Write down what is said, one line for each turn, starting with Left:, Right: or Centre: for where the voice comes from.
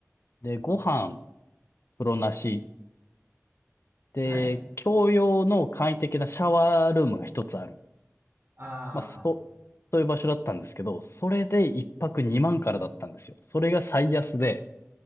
Left: で、ご飯、風呂なし、で、
Right: あー、はい、
Left: 共用の簡易的なシャワールームが一つある。
Right: ああ、
Left: まあ、そ、そういう場所だったんですけど、それで一泊二万からだったんですよ。それが最安で。